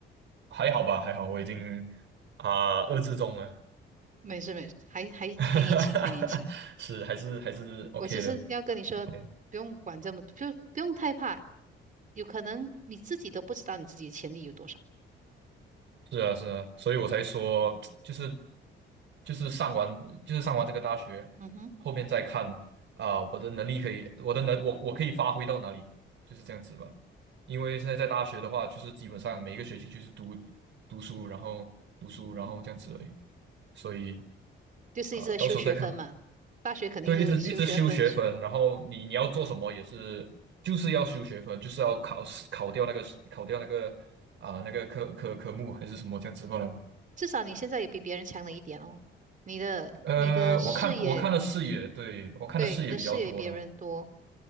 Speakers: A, on the right; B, on the right.
A: 还好吧，还好，我已经啊、二遏制中了。
B: 没事没事，还还还年轻，
A: <laughs> 哈哈哈，
B: 还年轻。
A: 是还是还是 OK
B: 我只是要跟你说，
A: 的，OK，
B: 不用管这么，就不用太怕，有可能你自己都不知道你自己的潜力有多少。
A: 是啊是啊，所以我才说 <tsk> 就是就是上完就是上完这个大学，
B: 嗯哼，
A: 后面再看啊、我的能力可以，我的能我我可以发挥到哪里，就是这样子吧。因为现在在大学的话，就是基本上每一个学期就是读读书，然后读书，
B: 嗯哼，
A: 然后这样子而已，所以
B: 就是一直在修学分嘛，
A: 啊、到时候再看吧。
B: 大学肯定是修学分，
A: 对，一直一直修学分，然后你你要做什么也是，就是要修学分，就是要考试考掉那个考掉那个啊、那个科科科目还是什么这样子过来吗？
B: 至少你现在也比别人强了一点哦。你的你的视野，
A: 呃，我看我看的视野，对，我看的视野比较多了，
B: 对，你的视野比别人多，